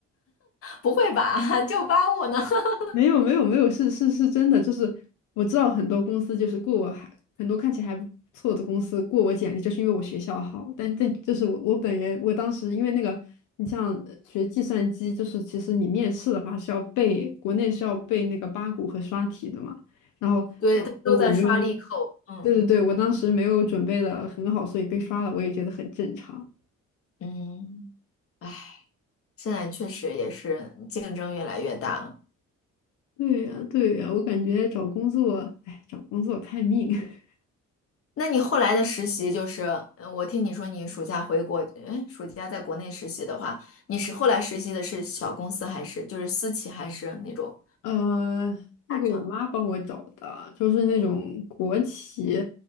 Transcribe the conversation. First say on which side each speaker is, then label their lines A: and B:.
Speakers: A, on the left; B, on the left.
A: 不会吧，<laughs> 九八五呢？<laughs>
B: 没有没有没有，是是是真的，就是我知道很多公司就是过我还很多看起来还不错的公司过我简历，就是因为我学校好。但这就是我我本人，我当时因为那个，你像呃学计算机，就是其实你面试的话是要背，国内是要背那个八股和刷题的嘛。然后当时我没有，
A: 对，他们都在刷利扣，嗯。
B: 对对对，我当时没有准备的很好，所以被刷了，我也觉得很正常。
A: 嗯，唉。现在确实也是竞争越来越大了。
B: 对呀，对呀，我感觉找工作，哎，找工作看命。<laughs>
A: 那你后来的实习就是，嗯我听你说你暑假回国，哎，暑假在国内实习的话，你是后来实习的是小公司还是就是私企还是那种
B: 呃，那个我妈帮我找的，
A: 大厂？
B: 就是那种国企，